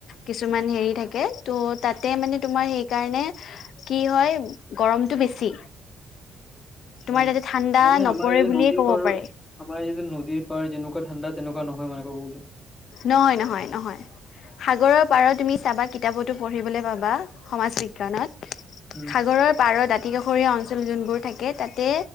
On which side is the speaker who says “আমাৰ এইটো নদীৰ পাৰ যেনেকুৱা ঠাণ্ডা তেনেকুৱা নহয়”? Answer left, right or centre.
Left